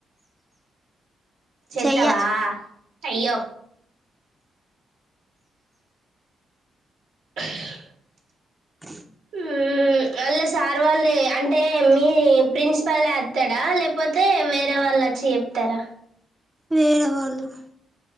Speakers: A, on the right; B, on the right.
A: చెత్తావా
B: చెయ్య
A: అయ్యో <inaudible>
B: అ
A: మ్మ్ అళ్ళ సార్ వాళ్ళు అంటే మీ ప్రిన్సిపల్ అస్తాడా లేకపోతే వేరే వాళ్ళు వ చెప్తారా
B: వేరే వాళ్ళు